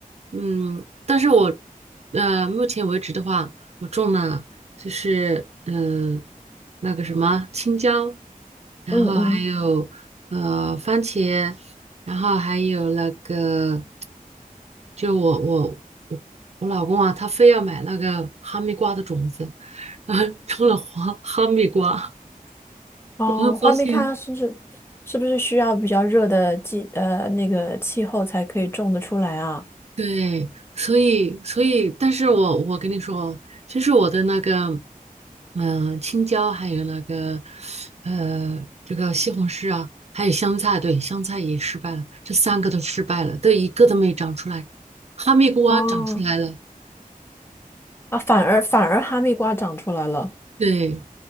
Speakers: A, on the right; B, on the left.
A: 嗯，但是我呃目前为止的话，我种了。就是嗯、呃那个什么青椒，然后还有呃番茄，
B: 嗯嗯，
A: 然后还有那个，就我我我我老公啊，他非要买那个哈密瓜的种子，<laughs> 然后种了花哈密瓜，<laughs>
B: 哦，
A: 然后发现
B: 画密咖是不是是不是需要比较热的季呃那个气候才可以种得出来啊？
A: 对，所以所以，但是我我跟你说，其实我的那个，嗯、青椒还有那个，呃，这个西红柿啊，还有香菜，对，香菜也失败了，这三个都失败了，都一个都没长出来，哈密瓜长出来了，
B: 哦，啊，反而反而哈密瓜长出来了。
A: 对，